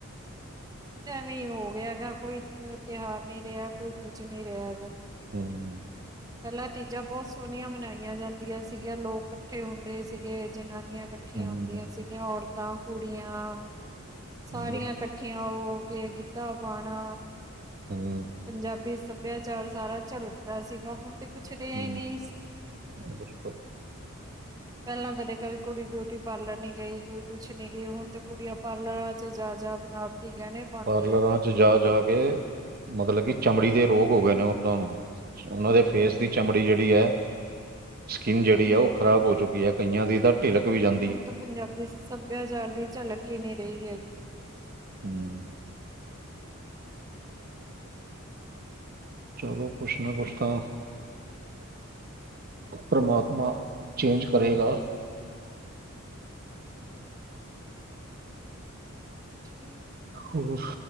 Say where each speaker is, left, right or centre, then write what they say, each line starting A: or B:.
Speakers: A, on the right; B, on the right.
A: ਐਵੇਂ ਹੋ ਗਿਆ ਹੈਗਾ ਦਾ, ਕੋਈ ਤਿਉਹਾਰ ਨਹੀਂ ਰਿਹਾ, ਕੋਈ ਕੁੱਝ ਨਹੀਂ ਰਿਹਾ ਹੈਗਾ।
B: ਹਮ।
A: <unintelligible> ਪਹਿਲਾਂ ਚੀਜ਼ਾਂ ਬਹੁਤ ਸੋਹਣੀਆਂ ਮਨਾਈਆਂ ਜਾਂਦੀਆਂ ਸੀਗੀਆਂ, ਲੋਕ ਇਕੱਠੇ ਹੁੰਦੇ ਸੀਗੇ, ਜਨਾਨੀਆਂ ਇਕ ਠੀਆਂ
B: ਹਮ,
A: ਹੁੰਦੀਆਂ
B: ਹਮ,
A: ਸੀਗੀਆਂ। ਔਰਤਾਂ, ਕੁੜੀਆਂ ਸਾਰੀਆਂ
B: ਬਿਲਕੁਲ
A: ਇਕੱਠੀਆਂ ਹੋ ਕੇ ਗਿੱਧਾ ਪਾਣਾ।
B: ਹਮ।
A: ਪੰਜਾਬੀ ਸੱਭਿਆਚਾਰ ਸਾਰਾ ਝਲਕਦਾ ਸੀਗਾ, ਹੁਣ ਤੇ ਕੁਛ ਕੁੱਛ ਰਿਆ
B: ਹਮ,
A: ਨੀ।
B: ਬਿਲਕੁਲ
A: ਪਹਿਲਾਂ ਕਦੇ ਕੋਈ ਕੁੜੀ ਬਿਊਟੀ ਪਾਰਲਰ ਨੀ ਗਈ, ਕੋਈ ਕੁਛ ਨੀ ਗਈ, ਹੁਣ ਤੇ ਕੁੜੀਆਂ ਪਾਰਲਰਾਂ ਚ ਜਾ- ਜਾ ਬਣਾ ਓਟੀ ਗਹਿਣੇ ਪਾਉਂਦੀਆਂ
B: ਪਾਰਲਰਾਂ
A: ਨੇ
B: ਚ ਜਾ, ਜਾ ਕੇ ਮਤਲਬ ਕਿ ਚਮੜੀ ਦੇ ਰੋਗ ਹੋ ਗਏ ਨੇ ਉਹਨਾਂ ਨੂੰ। ਉਹਨਾਂ ਦੇ ਫੇਸ ਦੀ ਚਮੜੀ ਜਿਹੜੀ ਆ ਸਕਿੰਨ ਜਿਹੜੀ ਆ ਉਹ ਖਰਾਬ ਹੋ ਚੁੱਕੀ ਆ, ਕਈਆਂ ਦੀ ਤਾਂ। ਢਿਲਕ ਵੀ ਜਾਂਦਾ।
A: ਹੁਣ ਤਾਂ ਪੰਜਾਬੀ ਸੱਭਿਆਚਾਰ ਦੀ ਝਲਕ ਹੀ ਨਹੀਂ ਰਹੀ ਹੈਗੀ।
B: ਹਮ। ਚਲੋ ਕੁਛ ਨਾ ਕੁਛ ਤਾਂ ਪਰਮਾਤਮਾ ਚੇਂਜ ਕਰੇਗਾ।
A: ਹਮ।
B: ਹੋਰ